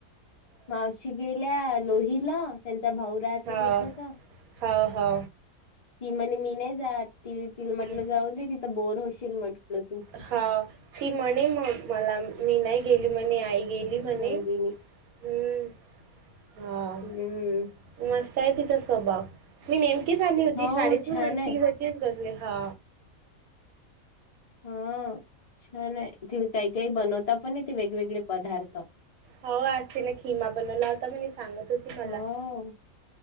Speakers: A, on the left; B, on the right.
A: मावशी गेल्या लोहीला त्यांचा भाऊ राहते
B: हा
A: तिथं तर
B: हा हा
A: ती म्हणे मी नाही ज ती तिला म्हटलं
B: हम्म.
A: जाऊ दे तिथं बोर होशील म्हटलं तू
B: हा ती म्हणे मग मला मी नाही गेली म्हणे आई गेली बली
A: नंदिनी
B: म्ह ह
A: हम्म
B: मस्त आहे तिचा स्वभाव मी नेमकीच आली होती
A: हो
B: शाळेतून
A: छान आहे
B: ती तेच कसले हा
A: हा छान आहे ति काही काही बनवता पण य तेे वेगवेगळे पदार्थ
B: हो आज त ना खिमा बनवला होता म सांगत होती मला
A: हो